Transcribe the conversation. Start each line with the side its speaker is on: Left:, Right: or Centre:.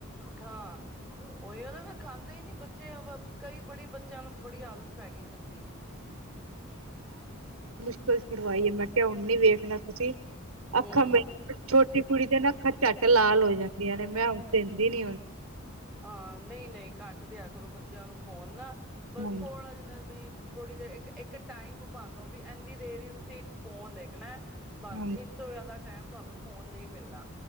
Centre: ਹਾਂ ਉਹੀ ਉਹ ਨਾ ਫ ਖਾਂਦੇ ਹੀ ਨੀ ਬੱਚੇ ਕਈ ਬੜੀ ਬੱਚਿਆਂ ਨੂੰ ਬੜੀ ਆਦਤ ਪੈ ਗਈ ਗੰਦੀ
Right: ਫਸਟ ਸੁਣਾਈ ਮੈਂ ਕਿਹਾ ਹਣ ਵੇਖਣਾ ਰੱਬ ਜੀ ਅੱਖਾਂ
Centre: ਹਮ
Right: ਮੇ ਛੋਟੀ ਕੁੜੀ ਦੇ ਨਾ ਅੱਖਾਂ ਝੱਟ ਲਾਲ ਹੋ ਜਾਂਦੀਆਂ ਨੇ ਮੈਂ ਹਣ ਦਿੰਦੀ ਨੀ ਆਉਦੀ
Centre: ਹਾਂ ਨਹੀਂ ਨਹੀਂ ਘੱਟ ਦੇ ਬੱਚਿਆਂ ਨੂੰ ਫੋਨ ਨਾ ਬਸ
Right: ਹਾਂਜੀ
Centre: ਥੋੜਾ ਜਿ ਨਾ ਵੀ ਥੋੜੀ ਦੇਰ ਇੱਕ ਇੱਕ ਟਾਈਮ ਬਣ ਲਓ ਵੀ ਇੰਨੀ ਦੇਰ ਹੀ ਤੁਸੀਂ ਫੋਨ ਦੇਖਣਾ ਬਸ
Right: ਹਾਂਜੀ
Centre: ਇਸ ਤੋਂ ਜ਼ਿਆਦਾ ਟਾਈਮ ਤੁਹਾਨੂੰ ਫੋਨ ਨਹੀਂ ਮਿਲਣਾ।